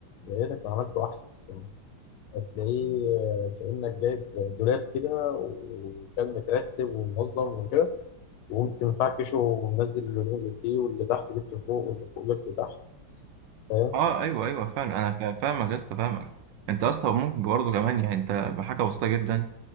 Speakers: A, on the left; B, on the right.
A: يا ريتك ما عملته احسن هتلاقيه كانك جايب دولاب كده وكان مترتب ومنظم وكده وقمت مفعكشه ومنزل الهدوم اللي فيه واللي تحت جبته فوق واللي فوق جبته تحت فاهم
B: اه ايوه ايوه فعلا انا فا- فاهمك يا اسطى فاهمك انت يا اسطى ممكن برضه كمان يعني انت بحاجه بسيطه جدا يعني